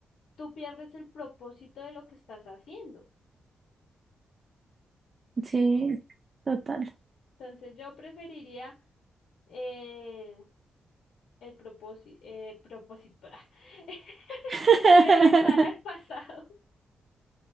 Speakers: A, on the left; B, on the right.
A: tú pierdes el propósito de lo que estás haciendo.
B: Sí, total.
A: Entonces yo preferiría eh, el propósito, eh, propósito, <laughs>
B: <laughs>
A: regresar al pasado. <laughs>